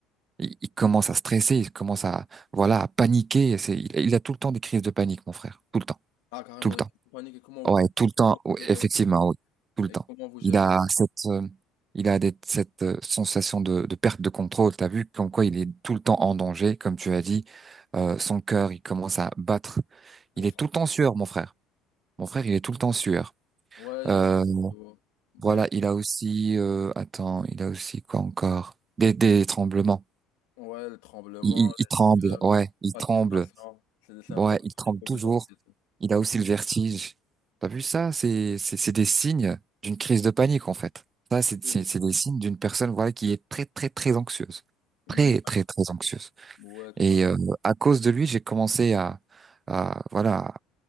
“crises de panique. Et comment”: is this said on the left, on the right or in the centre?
Left